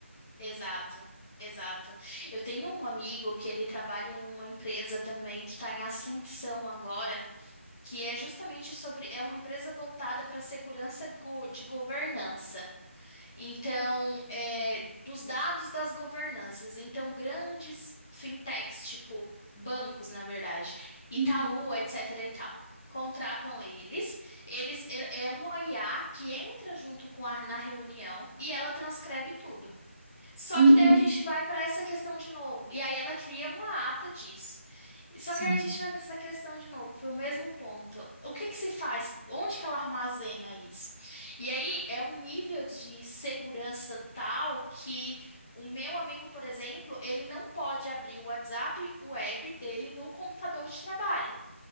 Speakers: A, on the left; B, on the right.
A: exato, exato. Eu tenho um amigo que ele trabalha em uma empresa também que está em ascensão agora, que é justamente sobre, é uma empresa voltada para segurança go- de governança. Então, é, dos dados das governanças, então grandes fintechs, tipo bancos, na verdade, Itaú,
B: Uhum,
A: etc. e tal, contratam eles. Eles ele- é uma IA que entra junto com a na reunião e ela transcreve tudo. Só
B: uhum,
A: que daí a gente vai para essa questão de novo. E aí ela cria uma ata disso. E Só
B: Sim.
A: que aí a gente vai para essa questão de novo, para o mesmo ponto. O que que se faz? Onde que ela armazena isso? E aí é um nível de segurança tal que o meu amigo, por exemplo, ele não pode abrir o WhatsApp web dele no computador de trabalho.